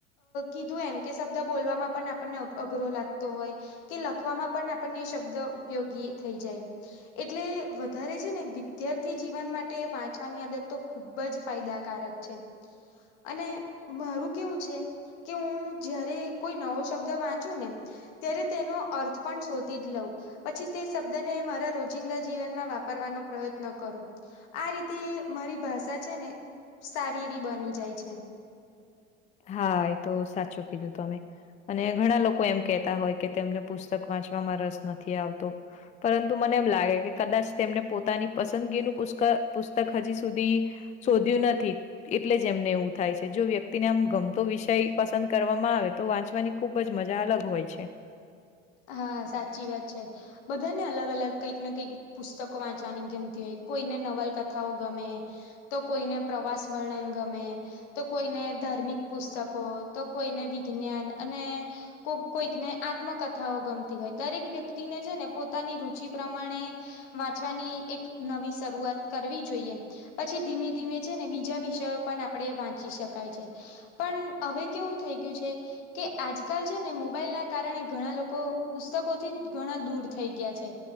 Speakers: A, on the left; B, on the left.
A: કીધું એમ કે શબ્દ બોલવામાં પણ આપણને અઘરો લાગતો હોય. કે લખવામાં પણ આપણને શબ્દ ઉપયોગી થઈ જાય. એટલે વધારે છે ને વિદ્યાર્થી જીવન માટે વાંચવાની આદત તો ખુબ જ ફાયદાકારક છે અને મારું કેવું છે કે હું જયારે કોઈ નવો શબ્દ વાંચુ ને ત્યારે તેનો અર્થ પણ શોધી જ લઉં. પછી તે શબ્દને મારા રોજિંદા જીવનમાં વાપરવાનો પ્રયત્ન કરું. આ રીતે મારી ભાષા છે ને સારી એવી બની જાય છે.
B: હા એ તો સાચું કીધું તમે. અને ઘણા લોકો એમ કેહેતા હોય કે તેમને પુસ્તક વાંચવામાં રસ નથી આવતો. પરંતુ મને એમ લાગે કે કદાચ તેમને પોતાની પસંદગીનું પુસક પુસ્તક હજી સુધી શોધ્યું નથી એટલે જ એમને એવું થાય છે. જો વ્યક્તિ ને આમ ગમતો વિષય પસંદ કરવામાં આવે તો વાંચવાની ખુબ જ મજા અલગ હોય છે.
A: હા સાચી વાત છે બધાને અલગ અલગ કંઈક ને કંઈક પુસ્તકો વાંચવાની ગમતી હોય, કોઈને નવલકથાઓ ગમે. તો કોઈને પ્રવાસ વર્ણન ગમે. તો કોઈને ધાર્મિક પુસ્તકો, તો કોઈને વિજ્ઞાન અને કો કોઈકને આત્મકથા કથાઓ ગમતી હોય દરેક વ્યક્તિને છે ને પોતાની રુચિ પ્રમાણે વાંચવાની એક નવી શરૂઆત કરવી જોઈએ પછી ધીમે ધીમે છે ને બીજા વિષયો પણ આપડે વાંચી શકાય છે પણ હવે કેવું થઈ ગયું છે કે આજકાલ છે ને મોબાઈલ ના કારણે ઘણા લોકો પુસ્તકો થી ઘણા દૂર થઈ ગયા છે